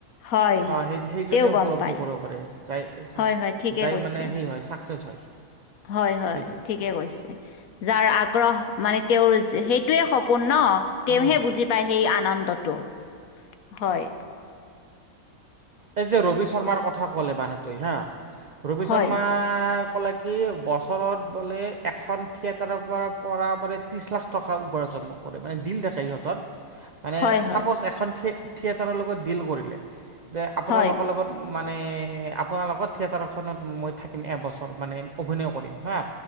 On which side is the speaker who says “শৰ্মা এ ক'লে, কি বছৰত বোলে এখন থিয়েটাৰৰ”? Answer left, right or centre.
Right